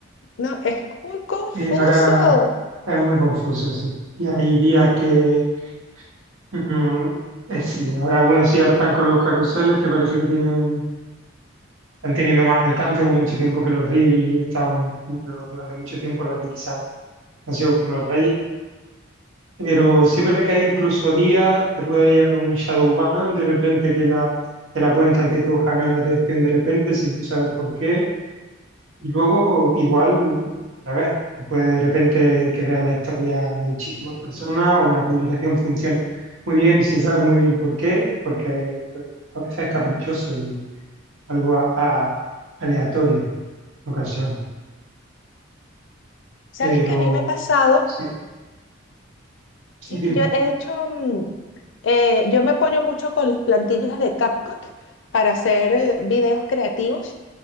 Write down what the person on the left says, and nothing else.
No, es muy confuso.
¿Sabes
qué a mí me ha pasado?
Sí,
yo he hecho, mm, eh, yo me apoyo mucho con las plantillas de CapCut para hacer eh, videos creativos